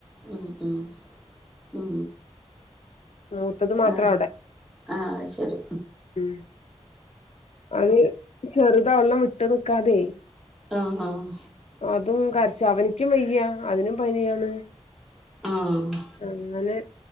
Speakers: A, in the centre; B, on the left.
A: ഉം ഉം ഉ
B: മൂത്തത് മാത്രം
A: ആഹ് ആഹ് ശരി
B: ഉം അത് ചെറുതവൾനേ വിട്ട്നിക്കാതെ
A: ആഹ് ആഹ്
B: അതും കരച്ച അവനിക്കും വയ്യ അതിനും പനിയാണ്
A: ആഹ്
B: അങ്ങനെ